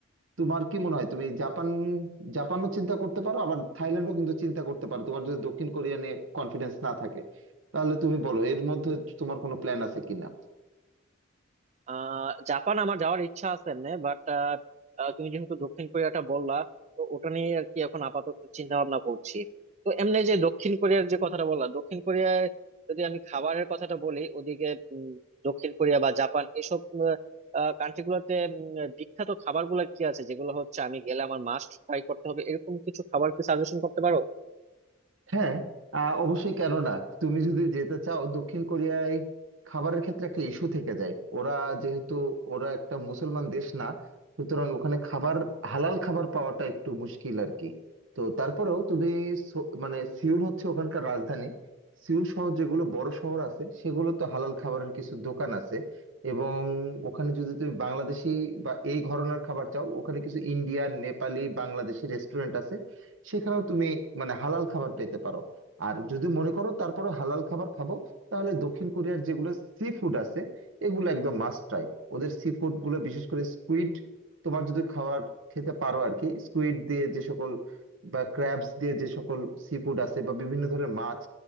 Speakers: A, on the right; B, on the right.
A: তোমার কি মনে হয় তুমি জাপান জাপানও চিন্তা করতে পারো আবার থাইল্যান্ডও কিন্তু চিন্তা করতে পারো তোমার যদি দক্ষিণ কোরিয়া নিয়ে কনফিডেন্স না থাকে তাহলে তুমি বলো এর মধ্যে তোমার কোনো প্ল্যান আছে কিনা
B: আহ জাপান আমার যাওয়ার ইচ্ছা আছে এমনি বাট তুমি যেহেতু দক্ষিণ কোরিয়াটা বললা তো ওটা নিয়ে আর কি এখন আপাতত চিন্তা ভাবনা করছি তো এমনি যে দক্ষিণ কোরিয়ার যে কথাটা বললা দক্ষিণ কোরিয়ায় যদি আমি খাবারের কথাটা বলি ওদিকে উম, দক্ষিণ কোরিয়া বা জাপান এসব কান্ট্রি গুলোতে উম, বিখ্যাত খাবার গুলা কি আছে যেগুলো হচ্ছে আমি গেলে আমার মাস্ট ট্রাই করতে হবে এরকম কিছু খাবার কি সাজেশন করতে পারো
A: হ্যাঁ আহ, অবশ্যই কেন না তুমি যদি যেতে চাও দক্ষিণ কোরিয়ায় খাবারের ক্ষেত্রে একটা ইস্যু থেকে যায় ওরা যেহেতু ওরা একটা মুসলমান দেশ না সুতরাং ওখানে খাবার হালাল খাবার পাওয়াটা একটু মুশকিল আর কি তো তারপরেও তুমি সো- মানে সিউল হচ্ছে ওখানকার রাজধানী সিউল শহর যেগুলো বড় শহর আছে সেগুলো তো হালাল খাবারের কিছু দোকান আছে এবং ওখানে যদি তুমি বাংলাদেশি বা এই ঘরনের খাবার চাও ওখানে কিছু ইন্ডিয়ান নেপালি বাংলাদেশি রেস্টুরেন্ট আছে সেখানেও তুমি মানে হালাল খাবার পেতে পারো আর যদি মনে করো তারপরে হালাল খাবার খাবো তাহলে দক্ষিণ কোরিয়ার যেগুলো সি ফুড আছে এগুলো একদম মাস্ট ট্রাই ওদের সি ফুড গুলো বিশেষ করে স্কুইড তোমার যদি খাবার খেতে পারো আর কি স্কুইড দিয়ে যে সকল বা ক্র্যাবস দিয়ে যে সকল সি ফুড আছে বা বিভিন্ন ধরনের মাছ